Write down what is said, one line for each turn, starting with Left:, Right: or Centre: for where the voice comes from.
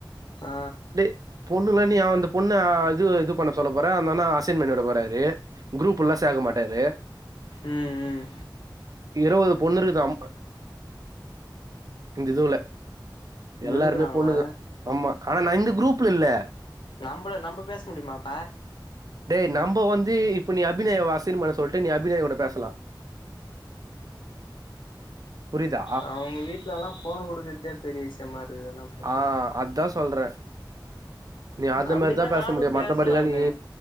Left: ஆ
Right: இது பொண்ணுல நீ அந்த பொண்ண இது இது பண்ண சொல்ல போற அந்த அண்ணா அசைன்பண்ணிவுட போறாரு குரூப் உள்ள சேக்க மாட் டாரு
Left: ம் ம்
Right: இருவது பொண்ணு இருக்கு மொத்தம் இந்த இதுவுல எல்லாருமே
Left: இருக்குறாங்களா
Right: பொண்ணுங்க ஆமா ஆனா நா இந்த குரூப்ல இல்ல
Left: நம்ப நம்ப பேச முடியுமாப்பா
Right: டேய் நம்ப வந்து இப்ப நீ அபிநயாவ அசைன் பண்ண சொல்ட்டு நீ அபிநயாகூட பேசலா புரியுதா
Left: அவுங்க வீட்லல்லா ஃபோன் குடுக்கறதே பெரிய விஷயமா இருக்குது இன்னா பண்றது
Right: ஆ அதா சொல்றே நீ அந்த
Left: அப்டினா
Right: மாரிதா பேச
Left: நானு
Right: முடியு
Left: பேசலாமே
Right: மத்தபடிலா நீ